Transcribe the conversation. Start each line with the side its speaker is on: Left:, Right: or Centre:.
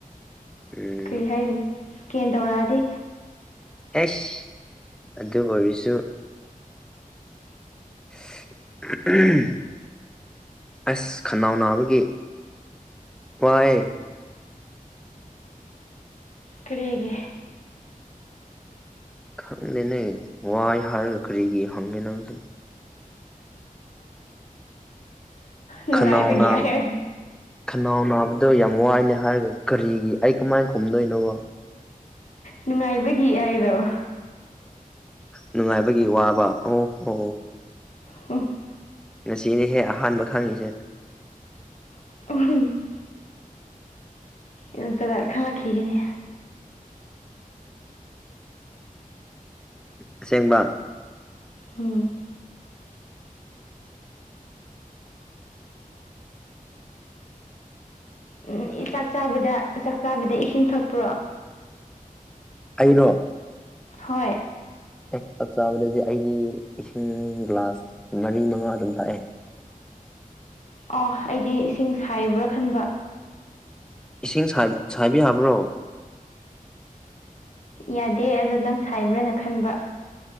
Centre: ꯎꯝ
Left: ꯀꯔꯤ ꯍꯥꯏꯗꯣꯏꯅꯣ ꯁꯀꯦꯟ ꯇꯧꯔꯛꯑꯗꯤ
Centre: ꯑꯦꯁ ꯑꯗꯨ ꯑꯣꯏꯔꯁꯨ <inaudible> ꯑꯁ ꯈꯅꯥꯎ ꯅꯥꯕꯒꯤ ꯋꯥꯏ
Left: ꯀꯔꯤꯒꯤ
Centre: ꯈꯪꯗꯦꯅꯦ ꯋꯥꯏ ꯍꯥꯏꯔꯒ ꯀꯔꯤꯒꯤ ꯍꯡꯉꯦ ꯅꯪꯁꯨ
Left: ꯅꯨꯡꯉꯥꯏꯕꯒꯤ
Centre: ꯈꯅꯥꯎ ꯅꯥ
Left: ꯍꯥꯏꯔꯅꯤ
Centre: ꯈꯅꯥꯎ ꯅꯥꯕꯗꯣ ꯌꯥꯝ ꯋꯥꯏꯅꯦ ꯍꯥꯏꯔꯒ ꯀꯔꯤꯒꯤ ꯑꯩ ꯀꯃꯥꯏꯅ ꯈꯨꯝꯗꯣꯏꯅꯣꯕ
Left: ꯅꯨꯡꯉꯥꯏꯕꯒꯤ ꯍꯥꯏꯒꯗꯕ
Centre: ꯅꯨꯡꯉꯥꯏꯕꯒꯤ ꯋꯥꯕ ꯑꯣ ꯐꯣ
Left: ꯍꯝ
Centre: ꯉꯁꯤꯗꯤ ꯍꯦꯛ ꯑꯍꯥꯟꯕ ꯈꯪꯉꯤꯁꯦ
Left: <inaudible> ꯌꯥꯝ ꯖꯥꯠ ꯖꯥꯠ ꯈꯪꯂꯛꯈꯤꯒꯅꯤ
Centre: ꯑꯁꯦꯡꯕ
Left: ꯎꯝ ꯎꯝ ꯎ ꯆꯥꯛ ꯆꯥꯕꯗ ꯆꯥꯛ ꯆꯥꯕꯗ ꯏꯁꯤꯡ ꯊꯛꯄ꯭ꯔꯣ
Centre: ꯑꯩꯩꯔꯣ
Left: ꯍꯣꯏ
Centre: ꯑꯦ ꯆꯥꯛ ꯆꯥꯕꯗꯗꯤ ꯑꯩꯗꯤ ꯏꯁꯤꯡ ꯒ꯭ꯂꯥꯁ ꯃꯔꯤ ꯃꯉꯥ ꯑꯗꯨꯝ ꯊꯛꯑꯦ
Left: ꯑꯥ ꯑꯩꯗꯤ ꯏꯁꯤꯡ ꯁꯥꯏꯕ꯭ꯔꯥ ꯈꯟꯕ
Centre: ꯏꯁꯤꯡ ꯁꯥꯏꯕ ꯁꯥꯏꯕ ꯌꯥꯕ꯭ꯔꯣ
Left: ꯌꯥꯗꯦ ꯑꯗꯨ ꯅꯪ ꯁꯥꯏꯕ꯭ꯔꯅ ꯈꯟꯕ